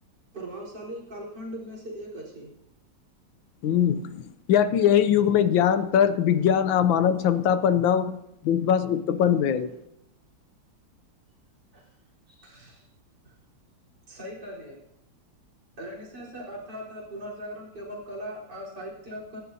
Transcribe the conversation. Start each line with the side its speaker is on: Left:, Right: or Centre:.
Right: प्रभावशाली कालखण्डमे सँ एक अछि
Left: ह कियाकि एहि युगमे ज्ञान तर्क विज्ञान आ मानव क्षमता पर नव विश्वाश उत्पन्न भैल
Right: <inaudible> सही कहलिए निशष अर्थात पुनर्जागरण केवल कला आ साहित्यक